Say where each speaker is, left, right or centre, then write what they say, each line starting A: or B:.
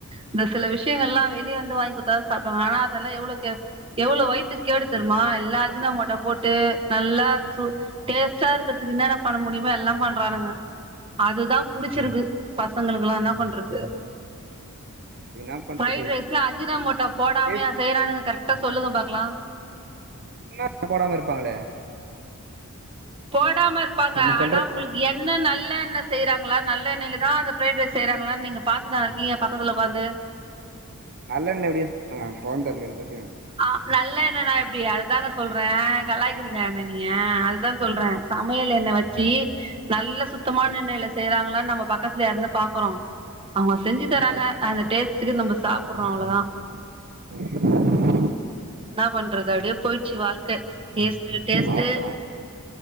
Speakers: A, on the right (about 25°); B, on the right (about 45°).
A: இந்த சில விஷயங்கல்லா வெளிய வந்து வாய்ங் குத்தா தா சாப்டுவாங்க ஆனா அதெல்லா எவ்ளோக்கு எவ்ளோ வயித்துக் கேடு தெர்மா எல்லா அஜினமோட்டோ போட்டு நல்லா சு டேஸ்ட்டா இருக்கற்துக்கு இன்னென்னா பண்ண முடியுமோ எல்லா பண்றானுங்க அதுதா புடிச்சிருக்கு பசங்களுக்குல்லா என்ன பண்றது
B: இருக்கு என்னா
A: ஃப்ரைட்
B: பண்றது
A: ரைஸ்ல அஜின மோட்டா போடாம்யா
B: டேஸ்ட்
A: செய்றானுங்க கரெக்டா சொல்லுங்க பாக்கலா
B: இன்ன போடாம இருப்பாங்களே
A: போடாம இருப்பாங்க
B: நம்ம சொல்றது
A: ஆனா உங்குளுக் எண்ணெ நல்லெண்ண செய்றாங்ளா நல்லெண்ணெயில தா அந்த ஃப்ரைட் ரைஸ் செய்றாங்ளான் நீங்க பாத்துன்னா இருக்கீங்க பக்கத்துல ஒக்காந்து
B: நல்லெண்ண எப்டி <inaudible> வாங்க கொழம் தாளிக்கிற எண்ணெய்ல தா செய்வாங்க
A: ஆ நல்லெண்ணண்ணா எப்டி அதுதாங்க சொல்ற கலாய்க்கிறீங்க என்ன நீங்க அதுதா சொல்ற சமையல் எண்ணெ வச்சி நல்ல சுத்தமான
B: ம்
A: எண்ணெய்ல செய்றாங்களான் நம்ம பக்கத்துல்யா இருந்து பாக்குறோ அவங்க செஞ்சி தராங்க
B: அது பாக்க
A: அந்த
B: தேவையில்ல.
A: டேஸ்டுக்கு நம்போ சாப்புறோம் அவ்ளோதா
B: <inaudible>
A: இன்னா பண்றது அப்டியே போயிச்சு வாழ்க்க டேஸ்ட்டு டேஸ்ட்டு
B: அவ்ளோதா